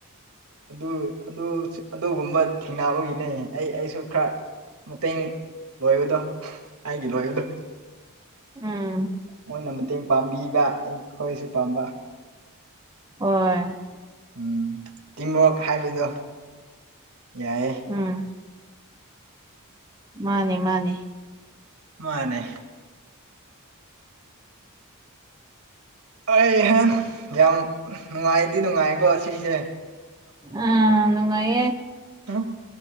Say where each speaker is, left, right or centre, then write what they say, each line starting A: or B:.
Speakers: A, on the right (about 70°); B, on the right (about 20°).
A: ꯑꯗꯨ ꯑꯗꯨꯒꯨꯝꯕ ꯊꯦꯡꯅꯕꯒꯤꯅꯦ ꯑꯩ ꯑꯩꯁꯨ ꯈꯔ ꯃꯇꯦꯡ ꯂꯣꯏꯕꯗꯣ ꯑꯩꯒꯤ ꯂꯣꯏꯕꯗꯣ
B: ꯎꯝ
A: ꯃꯣꯏꯅ ꯃꯇꯦꯡ ꯄꯥꯡꯕꯤꯕ ꯑꯩꯈꯣꯏꯁꯨ ꯄꯥꯝꯕ
B: ꯍꯣꯏ
A: ꯎꯝ ꯇꯤꯝꯋꯔꯛ ꯍꯥꯏꯕꯗꯣ ꯌꯥꯏꯌꯦ
B: ꯎꯝ ꯃꯥꯅꯦ ꯃꯥꯅꯦ
A: ꯃꯥꯅꯦ <unintelligible> ꯌꯥꯝ ꯅꯨꯡꯉꯥꯏꯗꯤ ꯅꯨꯡꯉꯥꯏꯀꯣ ꯁꯤꯁꯦ
B: ꯑ ꯅꯨꯉꯥꯏꯌꯦ
A: <unintelligible>